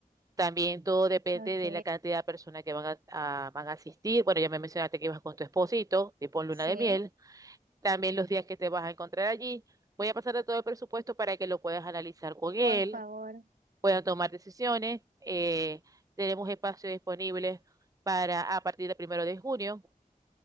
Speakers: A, on the right; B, on the right.
A: También todo depende
B: Ok,
A: de la cantidad de personas que van a, a- van a asistir. Bueno, ya me mencionaste que ibas con tu esposito, tipo luna
B: sí,
A: de miel. También los días que te vas a encontrar allí. Voy a pasarte todo el presupuesto para que lo puedas analizar con él,
B: por favor.
A: puedan tomar decisiones. Eh, tenemos espacio disponible para a partir del primero de junio.